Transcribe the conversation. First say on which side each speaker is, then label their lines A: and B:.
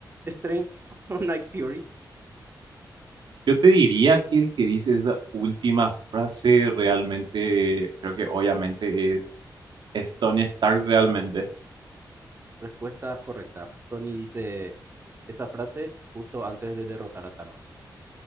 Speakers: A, on the right; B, on the right.
A: Strange o <laughs> Night Fury.
B: Yo te diría que el que dice esa última frase realmente, creo que obviamente es, es Tony Stark realmente.
A: Respuesta correcta. Tony dice esa frase justo antes de derrotar a Thanos.